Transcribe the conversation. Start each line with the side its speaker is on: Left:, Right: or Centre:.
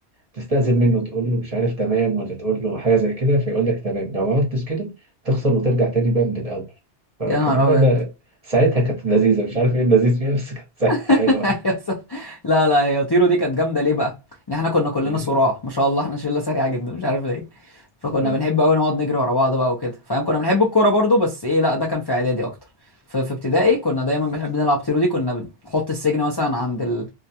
Right: تستأذن منه تقول له مش عارف تمام ولا تقول له حاجة زي كده فيقول لك تمام لو ما عملتش كده تخسر وترجع تاني بقى من الأول فكان
Left: يا نهار
Right: لعبة
Left: ابيض
Right: ساعتها كانت لذيذة مش عارف إيه اللذيذ فيها بس كانت ساعتها
Left: <laughs>
Right: حلوة
Left: أيوة
Right: يعني.
Left: صح. لا لا هي طيرو دي كانت جامده ليه بقى؟ ان احنا كنا كلنا
Right: <laughs>
Left: صراع ما شاء الله احنا شله سريعه جدا مش عارف ليه فكنا
Right: اه
Left: بنحب قوي نقعد نجري ورا بعض بقى وكده فاهم كنا بنحب الكوره برضو بس ايه لا ده كان في اعدادي اكتر في في ابتدائي كنا دايما بنحب نلعب طيرو دي كنا بنحط السجن مثلا عند ال...